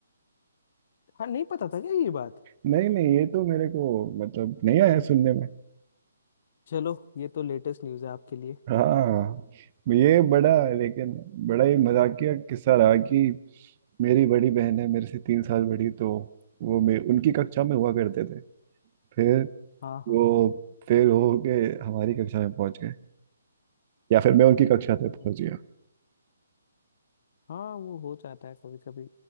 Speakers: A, on the left (about 50°); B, on the right (about 40°).
A: हाँ नहीं पता था क्या ये बात
B: नहीं नहीं ये तो मेरे को मतलब नहीं आया सुनने में
A: चलो ये तो लेटेस्ट न्यूज़ है आपके लिए
B: हाँ ये बड़ा लेकिन बड़ा ही मजाकिया किस्सा रहा कि मेरी बड़ी बहन है मेरे से तीन साल बड़ी तो वो मे उनकी कक्षा में हुआ करते थे फिर
A: हाँ हाँ
B: वो
A: हाँ
B: फेल हो के हमारी कक्षा में पहुंच गए या फिर मैं उनकी कक्षा तक
A: हम्म,
B: पहुंच
A: हम्म।
B: गया
A: हाँ वो हो जाता है कभी कभी